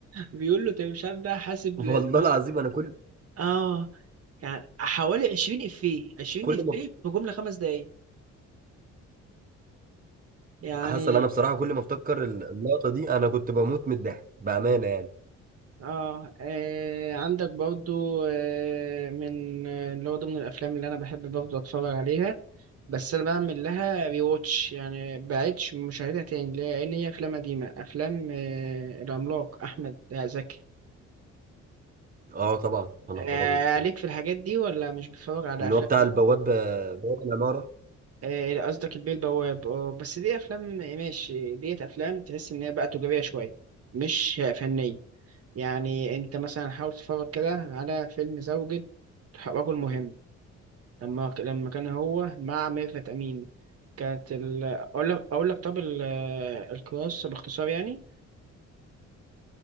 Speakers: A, on the right (about 50°); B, on the right (about 30°).
A: بيقول له انت مش عارف بقى حاسب
B: والله
A: لل-
B: العظيم انا كل
A: اه يعني حوالي 20 افيه 20
B: كل
A: افيه
B: ما
A: في جمله خمس دقايق يعني
B: حصل انا بصراحة كل ما افتكر اللقطة دي انا كنت بموت من الضحك بأمانة يعني
A: اه, آه عندك برضو آه من آه، اللي هو ضمن الافلام اللي انا بحب برضو اتفرج عليها بس انا بعمل لها ريواتش يعني بعدش مشاهدها تاني لان هي افلام قديمه افلام آه العملاق احمد زكي
B: اه طبعا انا
A: آه
B: خرابي
A: عليك في الحاجات دي ولا مش بتتفرج على
B: اللي
A: افلام
B: هو بتاع البواب آه، بواب العمارة
A: آه، قصدك البيه البواب اه بس دي افلام ماشي ديت افلام تحس ان هي بقى تجاريه شويه مش فنيه يعني انت مثلا حاول تتفرج كده على فيلم زوجة رجل مهم لما لما كان هو مع ميرفت امين كانت ال... اقول لك اقول لك طب ال... القصه باختصار يعني